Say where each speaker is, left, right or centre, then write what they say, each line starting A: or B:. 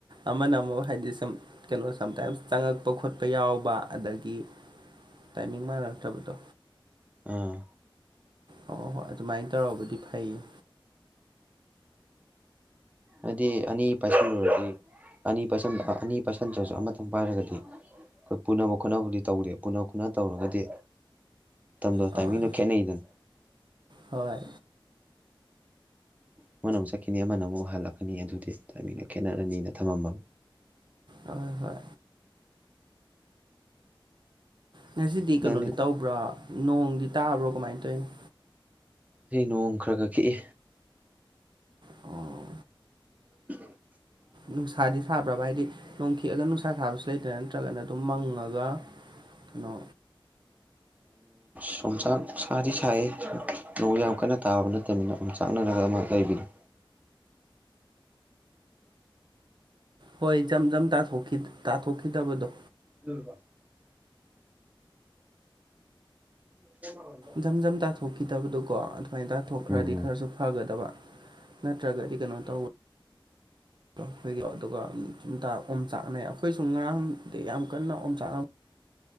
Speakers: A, on the right; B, on the right.
A: ꯑꯃꯅ ꯑꯃꯨꯛ ꯍꯥꯏꯗꯤ ꯁꯨꯝ꯫ ꯀꯩꯅꯣ ꯁꯝꯇꯥꯏꯝꯁ ꯆꯪꯉꯛꯄ ꯈꯣꯠꯄ ꯌꯥꯎꯕ ꯑꯗꯒꯤ ꯇꯥꯏꯃꯤꯡ ꯃꯥꯟꯅꯛꯇ꯭ꯔꯕꯗꯣ꯫
B: ꯑꯥ꯫
A: ꯍꯣꯏ ꯍꯣꯏ ꯑꯗꯨꯃꯥꯏꯅ ꯇꯧꯔꯕꯨꯗꯤ ꯐꯩꯌꯦ꯫
B: ꯑꯗꯨꯗꯤ ꯑꯅꯤ ꯄꯥꯏꯁꯤꯜꯂꯨꯔꯗꯤ ꯑꯅꯤ ꯄꯥꯏꯁꯟ ꯑꯅꯤ ꯄꯥꯏꯁꯟꯗ꯭ꯔꯁꯨ ꯑꯃꯇꯪ ꯄꯥꯏꯔꯒꯗꯤ꯫ ꯑꯩꯈꯣꯏ ꯄꯨꯅꯕ ꯈꯣꯠꯅꯕꯗꯤ ꯇꯧꯗꯦ ꯄꯨꯅ ꯈꯣꯠꯅꯕ ꯇꯧꯔꯒꯗꯤ ꯃꯇꯝꯗꯣ
A: ꯍꯣꯏ
B: ꯇꯥꯏꯃꯤꯡꯗꯣ ꯈꯦꯠꯅꯩꯗꯅ꯫
A: ꯍꯣꯏ꯫
B: ꯑꯃꯅ ꯑꯃꯨꯛ ꯆꯠꯈꯤꯅꯤ ꯑꯃꯅ ꯑꯃꯨꯛ ꯍꯜꯂꯛꯀꯅꯤ ꯑꯗꯨꯗꯤ ꯇꯥꯏꯃꯤꯡꯅ ꯈꯦꯠꯅꯔꯅꯤꯅ ꯊꯝꯃꯝꯃꯕꯅꯤ꯫
A: ꯍꯣꯏ ꯍꯣꯏ꯫ ꯉꯁꯤꯗꯤ ꯀꯩꯅꯣꯗꯤ
B: ꯅꯪꯗꯤ
A: ꯇꯧꯕ꯭ꯔꯥ ꯅꯣꯡꯗꯤ ꯇꯥꯕ꯭ꯔꯣ ꯀꯃꯥꯏꯅ ꯇꯧꯔꯤꯅꫭ꯫
B: ꯉꯁꯤ ꯅꯣꯡ ꯈꯔꯒ ꯈꯤꯛꯏ꯫
A: ꯑꯣ
B: <inaudible>
A: ꯅꯨꯡꯁꯥꯗꯤ ꯁꯥꯕ꯭ꯔꯕ ꯍꯥꯏꯗꯤ ꯅꯣꯡ꯫ ꯊꯦꯛꯑꯒ ꯅꯨꯡꯁꯥ ꯊꯥꯕꯁꯨ ꯂꯩꯇꯅꯥ ꯅꯠꯇ꯭ꯔꯒꯅ ꯑꯗꯨꯝ ꯃꯪꯉꯒ ꯀꯩꯅꯣ꯫
B: ꯆꯣꯡꯆꯥꯛ ꯁꯥꯗꯤ ꯁꯥꯏꯌꯦ ꯅꯣꯡ ꯌꯥꯝ ꯀꯟꯅ ꯇꯥꯕ ꯅꯠꯇꯕꯅꯤꯅ꯫ ꯑꯣꯝ ꯆꯥꯛꯅꯔꯒ ꯑꯃ ꯂꯩꯕꯗꫭ꯫
A: ꯍꯣꯏ ꯏꯆꯝ ꯖꯝ ꯇꯥꯊꯣꯛꯈꯤꯗꯕꯗꯣ꯫
B: ꯑꯗꯨ꯫ <unintelligible>
A: ꯖꯝ ꯖꯝ ꯇꯥꯊꯣꯛꯈꯤꯗꯕꯗꯨꯀꯣ ꯑꯗꯨꯃꯥꯏꯅ ꯇꯥꯊꯣꯛꯈ꯭ꯔꯗꯤ
B: ꯎꯝ
A: ꯈꯔꯁꯨ꯫
B: ꯎꯝ
A: ꯐꯒꯗꯕ ꯅꯠꯇ꯭ꯔꯒꯗꯤ ꯀꯩꯅꯣ ꯇꯧꯕ꯫ ꯈꯣ ꯑꯗꯨꯒ ꯁꯨꯝ ꯑꯣꯝ ꯆꯥꯛꯅꯩ ꯑꯩꯈꯣꯏꯁꯨ ꯉꯔꯥꯡꯗꯤ ꯌꯥꯝ ꯀꯟꯅ ꯑꯣꯝ ꯆꯥꯛꯅꯕ꯫